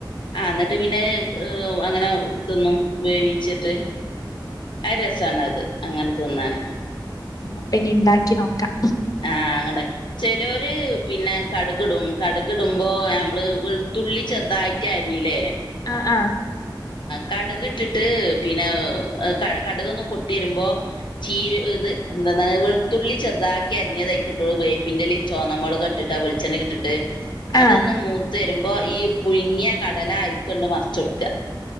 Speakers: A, on the left; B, on the left.
A: ആ ന്നട്ട് പിന്നെ അങ്ങനെ തിന്നും വേവിച്ചിട്ട് അയ് രസാണത് അങ്ങന തിന്നാന്.
B: അപ്പനി ണ്ടാക്കി നോക്കാം.
A: ആ അങ്ങടെ ചെലോര് പിന്നെ കട് ഗ്‌ടും കട് ഗ്‌ടുമ്പോ യമ്മള് വെൾത്തുള്ളി ചെർതായിട്ടരീലെ
B: ആ ആ
A: കട് ഗ്‌ട്ട്ട്ട് പിന്നെ ക കടുകൊന്ന് ‌ പൊട്ട്യരുമ്പോ ചീരു ഇത് എന്തന്നാ വെൾത്തുള്ളി ചെർതാക്കി അര്ഞ്ഞ തയ്ക്കിട്ടോളൂ വേപ്പിന്റെലേം ചൊവ്ന്ന മൊളകിട്ടിട്ട് വെളിച്ചെണ്ണേകിട്ടിട്ട് ത് അതൊന്ന്‌
B: ആഹ്
A: മൂത് ത്തരുമ്പോ ഈ പുഴ്ങ്ങ്യ കടല അയ്ക്കണ്ട് മർ ച്ചൊട്ക്കാ